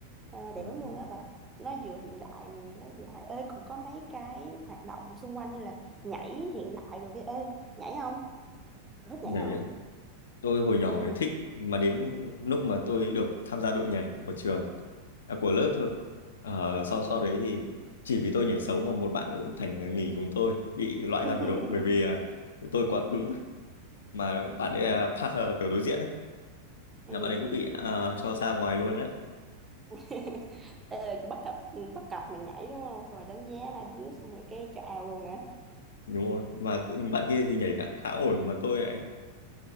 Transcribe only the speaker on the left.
Ừ,
ừ.
nhảy
tôi hồi nhỏ
thì thích mà đến lúc mà tôi được tham gia đội nhảy của trường à, của lớp thôi Ờ, sau sau đấy thì chỉ vì tôi nhảy xấu mà một bạn nữa cũng thành à, nghỉ cùng tôi bị loại
ra khỏi đội bởi vì à, tôi quá cứng mà bạn ấy là partner kiểu đối diện ấy
là bạn ấy
cũng bị à, cho ra ngoài luôn á
đúng rồi mà tự- bạn kia thì nhảy khá, khá ổn mà tôi lại